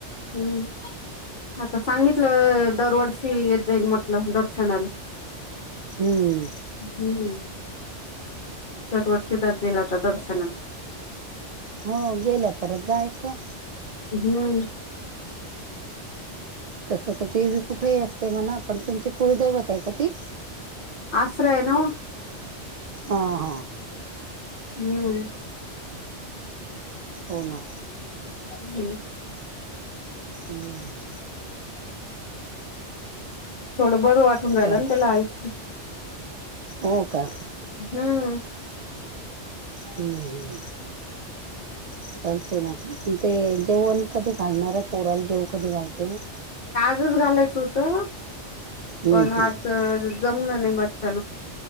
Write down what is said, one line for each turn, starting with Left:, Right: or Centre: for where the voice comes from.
Left: हम्म आता सांगितलं दरवर्षी येत, जाईल म्हटलं दर्शनाला.
Right: हम्म.
Left: हम्म दरवर्षीचर्जेला आता दर्शनाला.
Right: हो गेल्या परत जायचं.
Left: हम्म.
Right: तस तर देवी कुठेही असते म्हणा पण तुमची कुळ दवत आहे का ती?
Left: आश्रय नाओ.
Right: आ हा.
Left: हम्म.
Right: हो ना.
Left: हम्म.
Right: हम्म.
Left: थोडं बरं वाटून
Right: चालत
Left: राहिलं आणि त्याला आच.
Right: हो का
Left: हम्म.
Right: हम्म हम्म. चालते ना ते जेवण कधी घालणार आहे पोराला जेव कधी घालते मग?
Left: जज घालायचं होत
Right: हम्म
Left: पण आज,
Right: हम्म
Left: जमलं नाही मच्छन